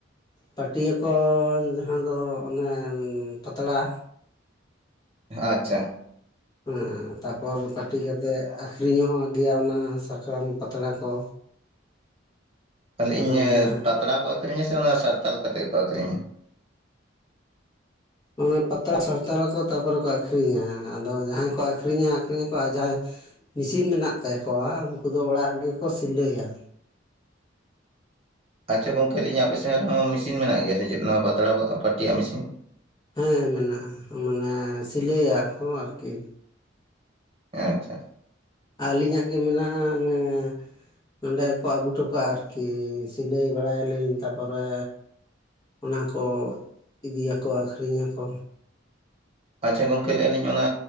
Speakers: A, on the left (about 20°); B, on the right (about 30°).
A: ᱯᱟᱹᱴᱤᱭᱟᱹ ᱠᱚ ᱡᱟᱦᱟᱸ ᱫᱚ ᱚᱱᱮ ᱯᱟᱛᱲᱟ᱾
B: ᱟᱪᱷᱟ
A: ᱦᱮᱸ ᱛᱟᱯᱚᱨ ᱯᱟᱴᱤ ᱠᱟᱛᱮ ᱟᱹᱠᱷᱨᱤᱧᱚᱜ ᱜᱮᱭᱟ ᱚᱱᱟ ᱥᱟᱠᱟᱢ ᱯᱟᱛᱲᱟ ᱠᱚ
B: ᱛᱟᱞᱮ
A: ᱟᱫᱚ
B: ᱤᱧ
A: ᱡᱟᱦᱟᱸ
B: ᱯᱟᱛᱲᱟ ᱠᱚ ᱟᱹᱠᱷᱨᱤᱧᱟ ᱥᱮ ᱚᱱᱟ ᱥᱟᱨᱛᱟᱞ ᱠᱟᱛᱮᱜ ᱠᱚ ᱟᱹᱠᱷᱨᱤᱧᱟ?
A: ᱚᱱᱟ ᱯᱟᱛᱲᱟ ᱥᱟᱨᱛᱟᱞ ᱟᱠᱚ ᱛᱟᱨ ᱯᱚᱨᱮ ᱠᱚ ᱟᱠᱷᱨᱤᱧᱟ, ᱟᱫᱚ ᱡᱟᱦᱟᱸᱭ ᱠᱚ ᱟᱠᱷᱨᱤᱧᱟ ᱟᱠᱷᱨᱤᱧᱟᱠᱚ ᱟᱨ ᱡᱟᱦᱟᱸᱭ, ᱢᱤᱥᱤᱱ ᱢᱮᱱᱟᱜ ᱛᱟᱠᱩᱣᱟ ᱩᱱᱠᱩ ᱫᱚ ᱚᱲᱟᱜ ᱨᱮᱜᱮ ᱠᱚ ᱥᱤᱞᱟᱹᱭᱟ
B: ᱟᱪᱷᱟ ᱜᱚᱝᱠᱮ ᱞᱟᱹᱭᱤᱧ ᱟᱯᱮ ᱥᱮᱱ ᱨᱮᱦᱚᱸ ᱢᱤᱥᱤᱱ ᱢᱮᱱᱟᱜ ᱜᱮᱭᱟ ᱥᱮ ᱪᱮᱫ ᱱᱚᱣᱟ ᱯᱟᱛᱲᱟ ᱵᱚ ᱯᱟᱹᱴᱤᱭᱟᱜ ᱢᱤᱥᱤᱱ?
A: ᱦᱮᱸ ᱢᱮᱱᱟᱜ-ᱟ ᱢᱟᱱᱮ ᱥᱤᱞᱟᱹᱭᱟ ᱠᱚ ᱟᱨᱠᱤ
B: ᱟᱪᱪᱷᱟ
A: ᱟᱞᱤᱧᱟᱜ ᱜᱮ ᱢᱮᱱᱟᱜ-ᱟ ᱚᱱᱮ ᱱᱚᱸᱰᱮ ᱠᱚ ᱟᱜᱩ ᱚᱴᱚ ᱠᱟᱜ-ᱟ ᱟᱨᱠᱤ ᱥᱤᱞᱟᱹᱭ ᱵᱟᱲᱟᱭᱟᱞᱤᱧ ᱛᱟᱯᱚᱨᱮ ᱚᱱᱟ ᱠᱚ ᱤᱫᱤᱭᱟᱠᱚ ᱟᱹᱠᱷᱨᱤᱧᱟᱠᱚ᱾
B: ᱟᱪᱪᱷᱟ ᱜᱚᱝᱠᱮ ᱞᱟᱹᱭᱮᱜ-ᱟ ᱞᱤᱧ ᱚᱱᱟ